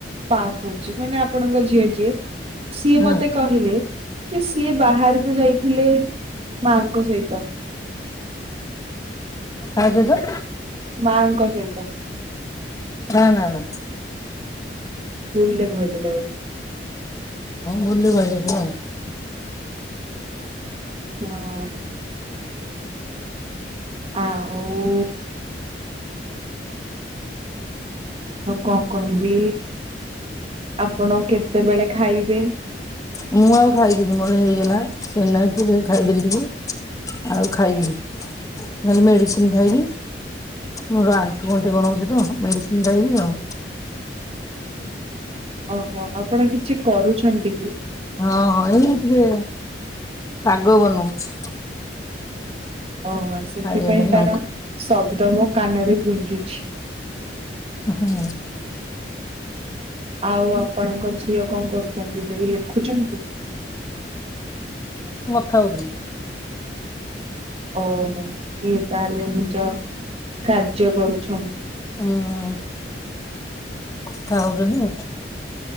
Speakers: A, on the right; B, on the left.
A: ପା କହୁଛି ମାନେ ଆପଣଙ୍କ ଝିଅ ଯିଏ। ସିଏ
B: ହଁ
A: ମତେ କହିଲେ କି ସିଏ ବାହାରକୁ ଯାଇଥିଲେ ମାଙ୍କ ସହିତ।
B: ଆଜି ତ
A: ମାଙ୍କ ସହିତ।
B: ନା ନା ନା।
A: ସ୍କୁଲରେ କହିଥିଲେ ବୋଧେ।
B: ବୁଲୁ ଭାଇ କହିଥିଲା ଆଉ।
A: ହଁ। ଆଁ ଓଉ ମୁଁ କଣ କହିବି ଆପଣ କେତେବେଳେ ଖାଇବେ?
B: ମୁଁ ଆଉ ଖାଇବିନି ମୋର ହେଇଗଲା। ସେନାକି ଖାଇଦେଲି ଟିକେ ଆଉ ଖାଇବିନି। ଖାଲି ମେଡିସିନ ଖାଇବି ମୋର ଆଣ୍ଠୁ ଗଣ୍ଠି କଣ ହଉଛି ତ ମେଡିସିନ ଖାଇବି ଆଉ।
A: ଓହୋ ଆପଣ କିଛି କରୁଛନ୍ତି କି?
B: ହଁ ଏଇ ଟିକେ ଶାଗ ବନଉଛି।
A: ଓ ଆଚ୍ଛା ସେଥିପାଇଁ
B: ଖାଇବା ପାଇଁ
A: ତାର
B: ଅଙ୍କ
A: ସବ ମୁଁ ତ ମୋ କାନରେ ଗୁଞ୍ଜୁଛି।
B: ହୁଁ।
A: ଆଉ ଆପଣଙ୍କ ଝିଅ କଣ କରୁଛନ୍ତି ସେ ଲେଖୁଛନ୍ତି?
B: ଥା ହଉଚି।
A: ଓହୋ। ଏ ତାହେଲେ ନିଜ କାର୍ଯ୍ୟ କରୁଛନ୍।
B: ହୁଁ ଉଁ। କଥା ହଉଛନ୍ତି?